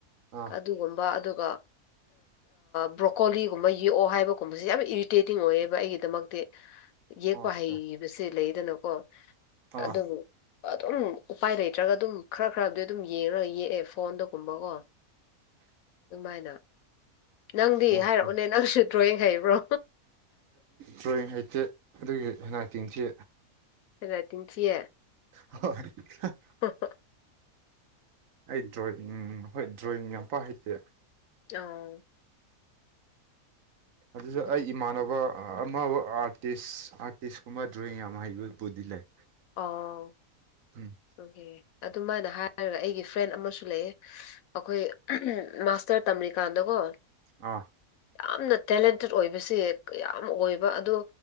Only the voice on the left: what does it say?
ꯑꯗꯨꯒꯨꯝꯕ ꯑꯗꯨꯒ ꯕ꯭ꯔꯣꯀꯣꯂꯤꯒꯨꯝꯕ ꯌꯦꯛꯑꯣ ꯍꯥꯏꯕꯒꯨꯝꯕꯁꯦ ꯌꯥꯝꯅ ꯏꯔꯤꯇꯦꯇꯤꯡ ꯑꯣꯏꯌꯦꯕ ꯑꯩꯒꯤꯗꯃꯛꯇꯤ
ꯌꯦꯛꯄ
ꯍꯩꯕꯁꯦ ꯂꯩꯗꯅꯀꯣ
ꯑꯗꯨꯕꯨ ꯑꯗꯨꯝ ꯎꯄꯥꯏ ꯂꯩꯇ꯭ꯔꯒ ꯑꯗꯨꯝ ꯈꯔ ꯈꯔꯕꯨꯗꯤ ꯑꯗꯨꯝ ꯌꯦꯡꯉꯒ ꯌꯦꯛꯑꯦ ꯐꯣꯟꯗꯒꯨꯝꯕꯀꯣ ꯑꯗꯨꯃꯥꯏꯅ ꯅꯪꯗꯤ
ꯍꯥꯏꯔꯛꯎꯅꯦ ꯅꯪꯁꯨ ꯗ꯭ꯔꯣꯋꯤꯡ ꯍꯩꯕ꯭ꯔꯣ
ꯍꯦꯔꯥꯏꯇꯤꯡ ꯊꯤꯌꯦ
ꯍ ꯍ
ꯑ
ꯑꯗꯨ
ꯑꯣ
ꯑꯣꯀꯦ ꯑꯗꯨꯃꯥꯏꯅ ꯍꯥꯏꯔꯒ ꯑꯩꯒꯤ ꯐ꯭ꯔꯦꯟ ꯑꯃꯁꯨ ꯂꯩꯑꯦ ꯑꯈꯣꯏ ꯃꯥꯁꯇꯔ ꯇꯝꯔꯤꯀꯥꯟꯗꯀꯣ
ꯌꯥꯝꯅ ꯇꯦꯂꯦꯟꯇꯦꯠ ꯑꯣꯏꯕꯁꯦ ꯀꯌꯥꯝ ꯑꯣꯏꯕ ꯑꯗꯣ